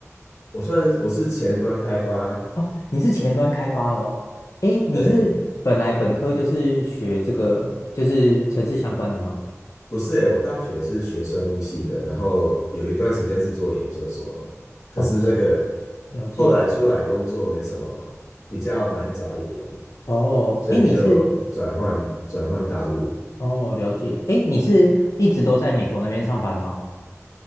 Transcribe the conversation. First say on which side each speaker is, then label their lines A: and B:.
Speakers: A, on the left; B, on the left.
A: 我算我是前端开发，
B: 哦，你是前端开发的哦。诶，你是本来本科就是学这个，
A: 对。
B: 就是城市相关的吗？
A: 不是诶，我大学是学生物系的，然后有一段时间是做研究所，可是那个
B: 哦，了解。
A: 后来出来工作没什么，比较难找一点，
B: 哦，
A: 所以就转换转换道路。
B: 诶，你是哦，了解。诶，你是一直都在美国那边上班吗？